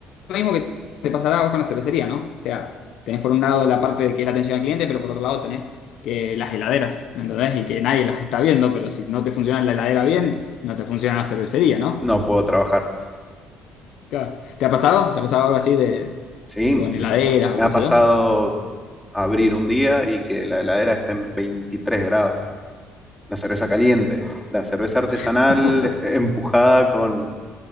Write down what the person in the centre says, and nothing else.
No puedo trabajar.
Sí,
me
ha
pasado
abrir un día y que la heladera esté en 23 grados. La cerveza caliente, la cerveza artesanal
empujada con,